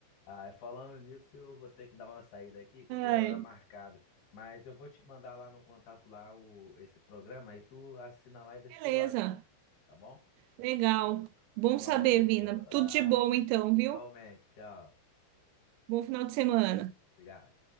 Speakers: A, on the left (about 65°); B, on the right (about 85°).
A: Ah, falando nisso, eu vou ter que dar uma saída aqui, que eu tenho
B: Ai,
A: hora marcada. Mas eu vou te mandar lá no contato lá o, esse programa, aí tu assina lá e vê se
B: beleza.
A: tu gosta, tá bom?
B: Legal. Bom
A: Valeu.
B: saber, Vina.
A: Ah,
B: Tudo de bom então, viu?
A: igualmente, tchau.
B: Bom final de semana.
A: Obrigado.